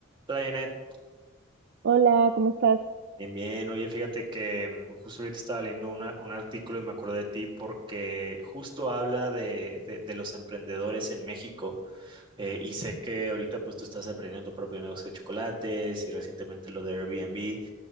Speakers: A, on the right; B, on the right.
A: Hola, Janet.
B: Hola, ¿cómo estás?
A: Bien, bien. Oye, fíjate que mm, justo ahorita estaba leyendo una- un artículo y me acordé de ti porque justo habla de, de- de los emprendedores en México eh, y sé que ahorita pues tú estás aprendiendo tu propio negocio de chocolates y recientemente lo de Airbnb